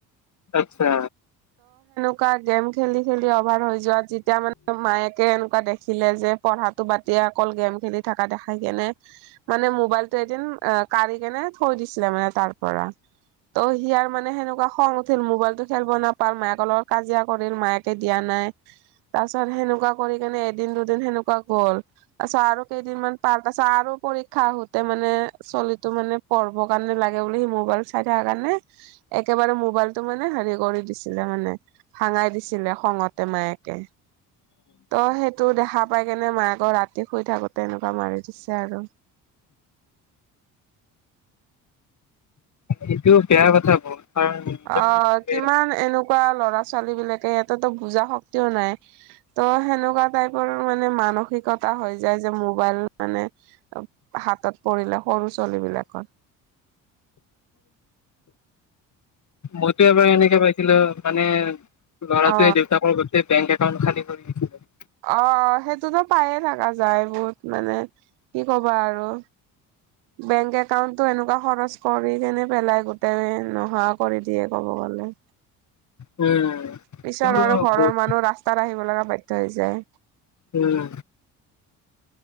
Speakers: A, on the left (about 45°); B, on the right (about 85°).
A: আচ্ছা।
B: সেনেকোৱা গেম খেলি খেলি অভাৰ হৈ যায়। যোৱা যেতিয়া মানে মায়েকে এনেকুৱা দেখিলে যে, পঢ়াটো বাতদিয়া অকল গেম খেলি থকা দেখাই কিনে মানে মোবাইলটো এদিন কাঢ়ি কেনে থৈ দিছিলে মানে তাৰ পৰা। ত সিয়াৰ মানে সেনেকুৱা খং উঠিল মোবাইলটো খেলিব নাপাল মায়াকৰ লগত কাজিয়া কৰিল মায়েকে দিয়া নাই। তাৰ পিছত সেনেকুৱা কৰি কেনে এদিন দুদিন সেনেকুৱা গ'ল।, তাৰপাছত আৰু কেইদিনমান পাৰ, তাৰপাছত আৰু পৰীক্ষা আহোতে মানে চলিতো মানে পঢ়িবৰ কাৰণে লাগে বুলি সি মোবাইল চাই থকাৰ কাৰণে একেবাৰে মোবাইল। তাৰ মানে হেৰি কৰি দিছিলে মানে ভাঙাই দিছিলে খঙতে মায়েকে। তই সেইটো দেখাত। পাই কেনে মায়েকে ৰাতি শুই থাকোঁতে এনেকুৱা মাৰি দিছে আৰু।
A: এইটো বেয়া কথা বহুত। কাৰণ নিজৰ
B: অহ,
A: এনেকে
B: কিমান এনেকুৱা ল'ৰা-ছোৱালীবিলাকে সিহঁতেটো বুজা শক্তিও নাই। অহ, ' সেনেকুৱা টাইপৰ মানে মানসিকতা হৈ যায় যে মোবাইল মানে হাতত পৰিলে সৰু ছোৱালীবিলাকৰ।
A: মইতো এবাৰ এনেকে পাইছিলোঁ মানে ল'ৰাটোৱে
B: অ
A: দেউতাকৰ গোতেই বেংক একাউণ্ট খালী কৰি দিছিলে।
B: অহ', অহ'। সেইটোতো পায়ে থকা যায় বহুত মানে কি কবা আৰু। বেংক একাউণ্টটো এনেকুৱা খৰচ কৰি কেনে পেলাই গোটেই নোহোৱা কৰি দিয়ে ক'ব গ'লে।
A: উম।
B: পিছত
A: এইটো
B: আৰু ঘৰৰ
A: বহুত
B: মানুহ ৰাস্তাত আহিব লগা বাধ্য হৈ যায়।
A: উম